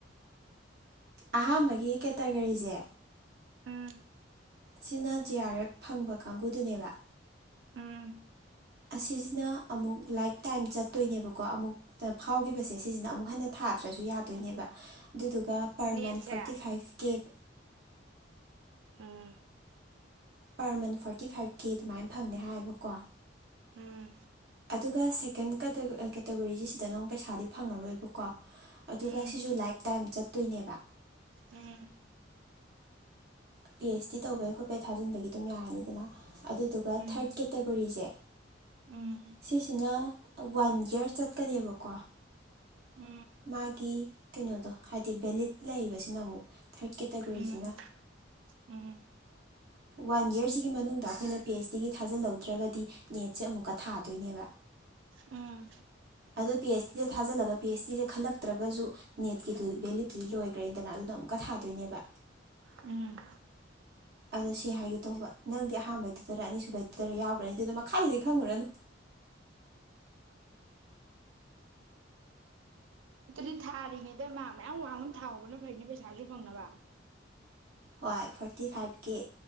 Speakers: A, on the right (about 55°); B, on the right (about 85°).
A: ꯑꯍꯥꯟꯕꯒꯤ ꯀꯦꯇꯒꯣꯔꯤꯁꯦ
B: ꯎꯝ
A: ꯁꯤꯅ ꯖꯦ ꯑꯥꯔ ꯑꯦꯐ ꯐꯪꯕ ꯀꯥꯡꯕꯨꯗꯨꯅꯦꯕ
B: ꯎꯝ
A: ꯑꯁꯤꯁꯤꯅ ꯑꯃꯨꯛ ꯂꯥꯏꯞ ꯇꯥꯏꯝ ꯆꯠꯇꯣꯏꯅꯦꯕꯀꯣ ꯑꯃꯨꯛ ꯐꯥꯎꯈꯤꯕꯁꯦ ꯁꯤꯁꯤꯅ ꯑꯃꯨꯛ ꯍꯟꯅ ꯊꯥꯗ꯭ꯔꯁꯨ ꯌꯥꯗꯣꯏꯅꯦꯕ ꯑꯗꯨꯗꯨꯒ ꯑꯗꯨꯒ ꯄꯔ
B: ꯅꯦꯠꯁꯦ
A: ꯃꯟ ꯐꯣꯔꯇꯤ ꯐꯥꯏꯚ ꯀꯦꯞ
B: ꯎꯝ
A: ꯄꯔ ꯃꯟ ꯐꯣꯔꯇꯤ ꯐꯥꯏꯚ ꯀꯦ ꯑꯗꯨꯃꯥꯏꯅ ꯐꯪꯅꯤ ꯍꯥꯏꯌꯦꯕꯀꯣ
B: ꯎꯝ
A: ꯑꯗꯨꯒ ꯁꯦꯀꯦꯟ ꯀꯦꯇꯒꯣꯔꯤꯁ ꯁꯤꯗꯅ ꯑꯃꯨꯛ ꯄꯩꯁꯥꯗꯤ ꯐꯪꯉꯔꯣꯏꯕꯀꯣ ꯑꯗꯨꯒ
B: ꯎꯝ
A: ꯁꯤꯁꯨ ꯂꯥꯏꯞ ꯇꯥꯏꯝ ꯆꯠꯇꯣꯏꯅꯦꯕ
B: ꯎꯝ
A: ꯄꯤ ꯑꯩꯆ ꯗꯤ ꯇꯧꯕꯩ ꯈꯣꯠꯄꯩ ꯊꯥꯖꯤꯟꯕꯒꯤ ꯑꯗꯨꯝ ꯌꯥꯔꯅꯤꯗꯅ ꯑꯗꯨꯗꯨꯒ
B: ꯎꯝ
A: ꯊꯔꯠ ꯀꯦꯇꯥꯒꯣꯔꯤꯁꯦ
B: ꯎꯝ
A: ꯁꯤꯁꯤꯅ ꯋꯥꯟ ꯌꯔ ꯆꯠꯀꯅꯦꯕꯀꯣ
B: ꯎꯝ
A: ꯃꯥꯒꯤ ꯀꯩꯅꯣꯗꯣ ꯍꯥꯏꯗꯤ ꯚꯦꯂꯤꯠ ꯂꯩꯕꯁꯤꯅ ꯑꯃꯨꯛ ꯊꯥꯔꯠ ꯀꯦꯇꯥꯒꯣꯔꯤꯁꯤꯅ
B: ꯎꯝ ꯎꯝ
A: ꯋꯥꯟ ꯌꯔꯁꯤꯒꯤ ꯃꯅꯨꯡꯗ ꯑꯩꯈꯣꯏꯅ ꯄꯤ ꯑꯩꯩꯆ ꯗꯤꯒꯤ ꯊꯥꯖꯤꯜꯍꯧꯗ꯭ꯔꯒꯗꯤ ꯅꯦꯠꯁꯦ ꯑꯃꯨꯛꯀ ꯊꯥꯗꯣꯏꯅꯦꯕ
B: ꯎꯝ
A: ꯑꯗꯣ ꯄꯤ ꯑꯩꯁ ꯗꯤꯗ ꯊꯥꯖꯤꯜꯂꯒ ꯄꯤ ꯑꯩꯁ ꯗꯤꯗ ꯈꯜꯂꯛꯇ꯭ꯔꯒꯁꯨ ꯅꯦꯠꯀꯤꯗꯨ ꯚꯦꯂꯨꯠꯇꯨꯗꯤ ꯂꯣꯏꯈ꯭ꯔꯅꯗꯅ ꯑꯗꯨꯅ ꯑꯃꯨꯛꯀ ꯊꯥꯗꯣꯏꯅꯦꯕ
B: ꯎꯝ
A: ꯑꯗꯣ ꯁꯤ ꯍꯥꯏꯒꯦ ꯇꯧꯕ ꯅꯪꯗꯤ ꯑꯍꯥꯟꯕꯩꯗꯨꯗꯔ ꯑꯅꯤꯁꯨꯕꯩꯗꯨꯗꯔ ꯌꯥꯎꯈ꯭ꯔꯅꯤ ꯑꯗꯨꯗ ꯃꯈꯥꯗꯗꯤ ꯈꯪꯉꯨꯔꯅꯨ
B: ꯑꯗꯨꯗꯤ ꯊꯥꯔꯤꯉꯩꯗ ꯃꯥ ꯃꯌꯥꯝ ꯋꯥꯡꯅ ꯊꯥꯎꯍꯧꯕꯅ ꯐꯩꯅꯦ ꯄꯩꯁꯥꯁꯨ ꯐꯪꯅꯕ
A: ꯍꯣꯏ ꯐꯣꯔꯇꯤ ꯐꯥꯏꯚꯀꯤ